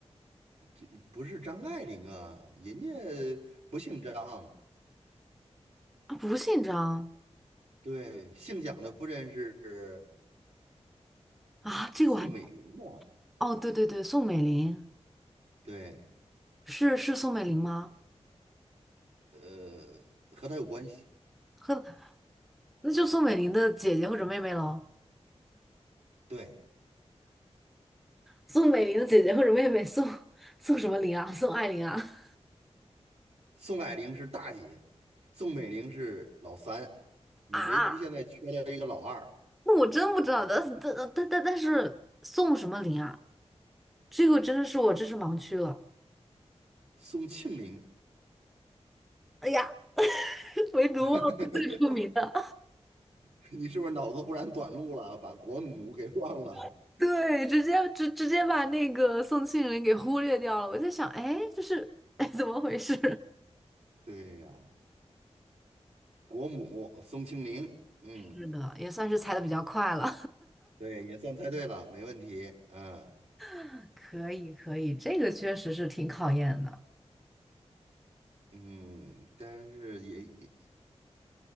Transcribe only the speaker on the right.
这不是张爱玲啊，人家不姓张。
对，姓蒋的夫人是
宋美龄嘛？
对，
呃，和他有关系。
对，
宋霭龄是大姐，宋美龄是老三，你唯独现在缺了一个老二，
宋庆龄。
<laughs> <laughs> 你是不是脑子忽然短路了，把国母给忘了？
对呀，国母宋庆龄，嗯，
对，也算猜对了，没问题。嗯
嗯，但是也也